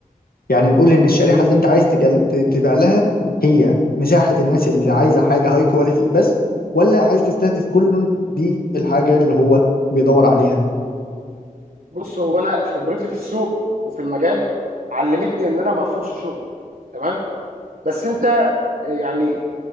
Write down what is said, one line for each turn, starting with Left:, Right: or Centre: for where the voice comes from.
Left: يعني نقول ان الشريحه
Right: آه،
Left: اللي انت عايز تجل... ت- تبيع لها هي مساحه الناس اللي عايزه حاجه هاي كواليتي بس ولا عايز تستهدف كل بالحاجه اللي هو بيدور عليها
Right: بص هو انا خبرتي في السوق وفي المجال علمتني ان انا ما ارفضش شغل تمام بس انت آه، يعني